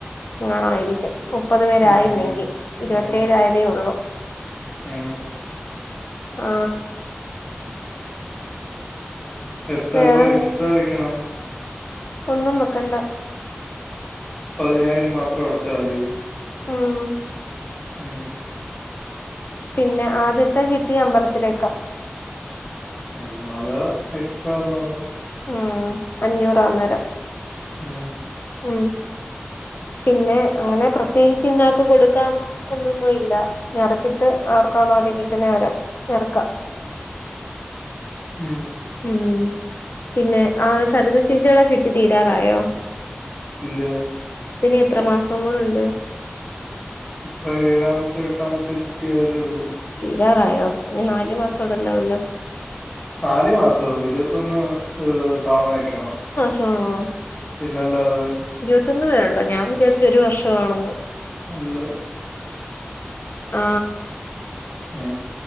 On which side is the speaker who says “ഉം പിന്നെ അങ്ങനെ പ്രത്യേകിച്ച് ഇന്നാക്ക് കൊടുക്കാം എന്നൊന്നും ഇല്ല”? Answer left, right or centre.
Left